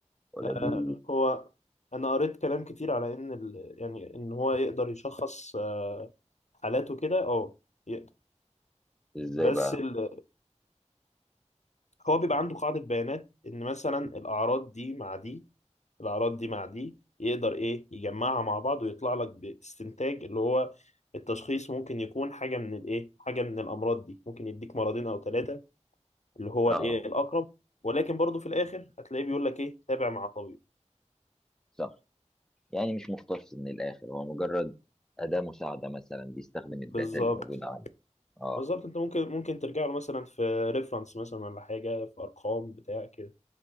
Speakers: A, in the centre; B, on the left.
A: ولا
B: آه،
A: دي
B: هو أنا قريت كلام كتير على إن ال يعني إن هو يقدر يشخص آه، حالاته كده أه يقدر
A: إزاي
B: بس
A: بقى؟
B: ال هو بيبقى عنده قاعدة بيانات إن مثلا الأعراض دي مع دي الاعراض دي مع دي يقدر ايه يجمعها مع بعض ويطلع لك باستنتاج اللي هو التشخيص ممكن يكون حاجه من الايه حاجه من الامراض دي ممكن يديك مرضين او ثلاثه اللي هو
A: آه
B: الايه الاقرب ولكن برضه في الاخر هتلاقيه بيقول لك ايه تابع مع طبيب
A: صح يعني مش مختص من الآخر هو مجرد أداة مساعدة مثلا بيستخدم الداتا
B: بالظبط
A: اللي موجودة عنه آه
B: بالظبط انت ممكن ممكن ترجع له مثلا في ريفرنس مثلا ولا حاجه في ارقام بتاع كده